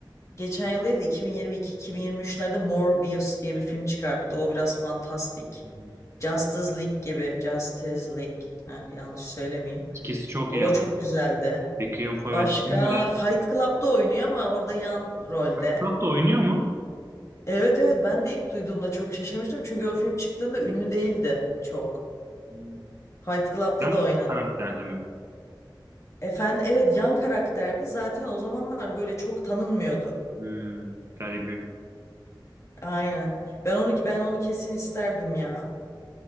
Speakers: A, on the left (about 35°); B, on the right (about 35°).
A: Geçen yıl değil de 2022-2023'lerde Morbius diye bir film çıkarttı. O biraz fantastik.
B: Hı. hı.
A: Justice League gibi. Justice League. Heh, yanlış söylemeyeyim.
B: İkisi çok
A: O
B: iyi
A: da
B: ama.
A: çok güzeldi.
B: Requiem for a
A: Başka
B: Dream ve
A: Fight Club'da oynuyor ama orada yan rolde.
B: Fight Club da oynuyor mu?
A: Evet evet ben de ilk duyduğumda çok şaşırmıştım. Çünkü o film çıktığında ünlü değildi çok.
B: Hmm.
A: Fight Club'da
B: Yan
A: da oynadı.
B: karakterde mi?
A: Efendim evet yan karakterdi. Zaten o zamanlar böyle çok tanınmıyordu.
B: Hmm, garibim.
A: Aynen. Ben onu ben onu kesin isterdim ya.